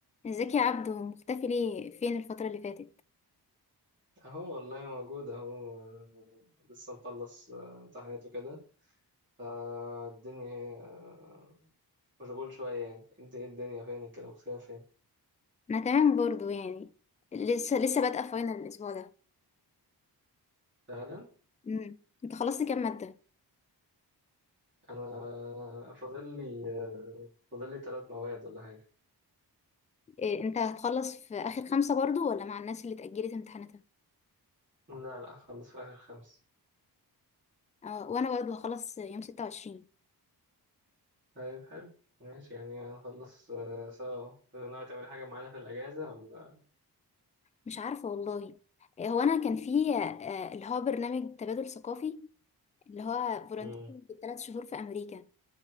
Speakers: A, on the left (about 20°); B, on the right (about 30°).
A: ازيك يا عبدو مختفي ليه فين الفترة اللي فاتت
B: اهو والله موجود اهو آه، لسه مخلص آه، امتحانات وكده فالدنيا هي آه، مشغول شوية يعني انت ايه الدنيا فين كده مختفية فين
A: انا تمام برضو يعني لسه لسه بادئة فاينل الاسبوع ده
B: فعلا
A: امم انت خلصت كام مادة
B: انا آه، فاضل لي آه، فاضل لي ثلاث مواد ولا حاجة
A: إيه انت هتخلص في اخر خمسة برضو ولا مع الناس اللي اتأجلت امتحاناتها
B: لا لا هخلص في اخر خمس
A: اه وانا برضو هخلص يوم ستة وعشرين
B: طيب حلو ماشي يعني هنخلص آه، سوا ناوي تعملي حاجة معانا في الأجازة ولا
A: مش عارفة والله إيه هو انا كان في آه، اللي هو برنامج تبادل ثقافي اللي هو فولنتير
B: مم.
A: بالثلاث شهور في امريكا